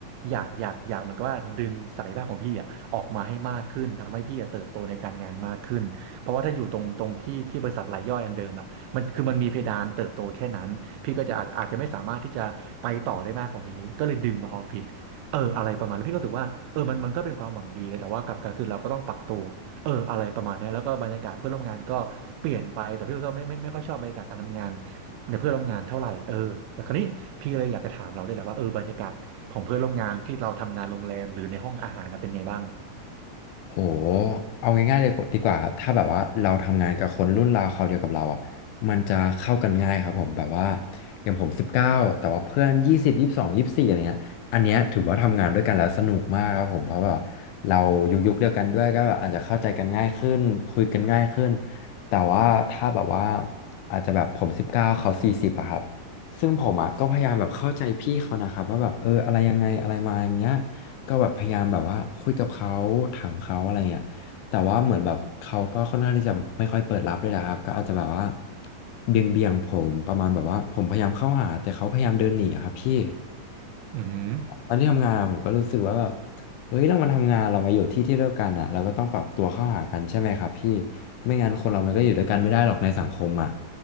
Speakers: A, on the right; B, on the left.
A: อยากอยากอยากเหมือนกับว่าดึงศักยภาพของพี่อ่ะออกมาให้มากขึ้นทำให้พี่อะเติบโตในการงานมากขึ้นเพราะว่าถ้าอยู่ตรงตรงที่ที่บริษัทรายย่อยอันเดิมอ่ะมันคือมันมีเพดานเติบโตแค่นั้นพี่ก็จะอาจอาจจะไม่สามารถที่จะไปต่อได้มากกว่านี้ก็เลยดึงมาออฟฟิศเอออะไรประมาณนั้นพี่ก็รู้สึกว่าเออมันมันก็เป็นความหวังดีนะแต่ว่ากลับกันคือเราก็ต้องปรับตัวเอออะไรประมาณเนี้ยแล้วก็บรรยากาศเพื่อนร่วมงานก็เปลี่ยนไปแต่พี่ก็ไม่ไม่ไม่ค่อยชอบบรรยากาศการทำงาน ในเพื่อนร่วมงานเท่าไหร่เออแต่คราวนี้พี่เลยอยากจะถามเราด้วยแหละว่าเออบรรยากาศของเพื่อนร่วมงานที่เราทำงานโรงแรมหรือในห้องอาหารนะเป็นไงบ้าง
B: โหเอาง่ายๆเลยดีกว่าครับ ถ้าแบบว่าเราทำงานกับคนรุ่นราวคราวเดียวกับเราอ่ะมันจะเข้ากันง่ายครับผมแบบว่าอย่างผมสิบเก้าแต่ว่าเพื่อนยี่สิบยี่สิบสองยี่สิบสี่อะไรเงี้ยอันเนี้ยถือว่าทำงานด้วยกันแล้วสนุกมากครับผมเพราะแบบเรายุคยุคเดียวกันด้วยก็แบบอาจจะเข้าใจกันง่ายขึ้นคุยกันง่ายขึ้น แต่ว่าถ้าแบบว่าอาจจะแบบผมสิบเก้าเขาสี่สิบอะครับซึ่งผมอะก็พยายามแบบเข้าใจพี่เขานะครับว่าแบบเอออะไรยังไงอะไรมาอย่างเงี้ย ก็แบบพยายามแบบว่าคุยกับเขาถามเขาอะไรเงี้ยแต่ว่าเหมือนแบบเขาก็ค่อนข้างที่จะไม่ค่อยเปิดรับเลยนะครับก็อาจจะแบบว่าเบี่ยงเบี่ยงผมประมาณแบบว่าผมพยายามเข้าหาแต่เขาพยายามเดินหนีอะครับพี่
A: อืม
B: ตอนที่ทำงานอะผมก็รู้สึกว่าแบบเฮ้ยเรามาทำงานเรามาอยู่ที่ที่เดียวกันอ่ะเราก็ต้องปรับตัวเข้าหากันใช่ไหมครับพี่ไม่งั้นคนเรามันก็อยู่ด้วยกันไม่ได้หรอกในสังคมอ่ะ